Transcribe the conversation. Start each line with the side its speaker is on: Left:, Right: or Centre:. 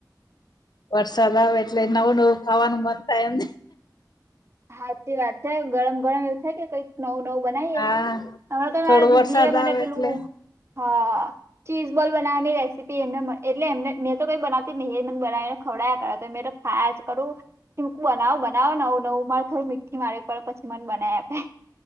Left: વરસાદ આવે એટલે નવું નવું ખાવાનું મન થાય એમ.
Right: હા તે વાત થાય ગરમ ગરમ એવું થાય કે કંઈક. નવ નવ બનાવીએ
Left: હા
Right: હમણા તો
Left: થોડો
Right: મારા દીદી
Left: વરસાદ
Right: એ મને
Left: આવે
Right: પેલું
Left: એટલે
Right: હા. ચીઝ બોલ બનાવવાની રેસીપ એમને મળ એટલે એમનેં તો કંઈ બનાવતી જ નહીં એને બનાવીને ખવડાવયા કરા તો મેં તો. હાજ કરુંીમકું બનાવો બનાવો નવું નવું. મારે થોડું મીઠી મારવી પડે પછી મને બનાવી આપે.